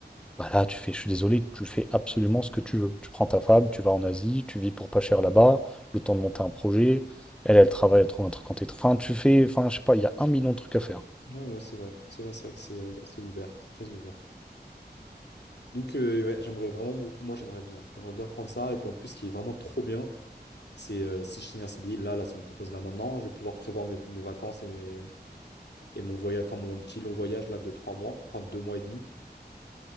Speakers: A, in the centre; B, on the left.
A: bah là, tu fais, je suis désolé, tu fais absolument ce que tu veux. Tu prends ta femme, tu vas en Asie, tu vis pour pas cher là-bas, le temps de monter un projet. Elle, elle travaille, elle trouve un truc en télétravail. Enfin, tu fais, enfin, je sais pas, il y a un million de trucs à faire.
B: ouais, ouais, c'est vrai. C'est vrai, c'est vrai que c'est euh, c'est ouvert, très ouvert. Donc euh, ouais, j'aimerais vraiment beaucoup, moi j'aimerais bien. J'aimerais bien prendre ça. Et puis en plus, ce qui est vraiment trop bien, c'est euh, si je signe un CDI, là, là, si on me propose là maintenant, je vais pouvoir prévoir mes, mes vacances et, et mon voyage, enfin mon petit long voyage là de trois mois, enfin de deux mois et demi.